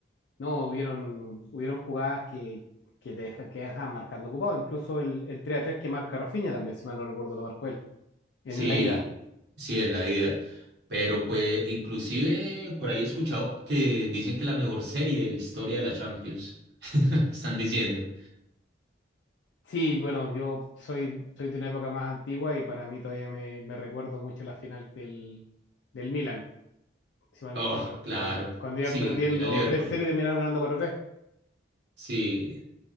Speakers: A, on the left; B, on the right.
A: no, hubieron, hubieron jugadas que, que te dejan, que dejan marcando ocupado. Incluso el, el tres a tres que marca Rafinha también, si mal no recuerdo, lo marcó él, en
B: Sí,
A: el ida.
B: sí, es la ida. Pero pues inclusive por ahí he escuchado que dicen que la mejor serie de la historia de la Champions. <laughs> Están diciendo.
A: Sí, bueno, yo soy, soy de una época más antigua y para mí todavía me, me recuerdo mucho la final del, del Milan, si mal no
B: Oh,
A: recuerdo. era.
B: claro.
A: Cuando, cuando iban
B: Sí,
A: perdiendo
B: mira Liverpool.
A: tres cero y terminaron ganando cuatro tres.
B: Sí,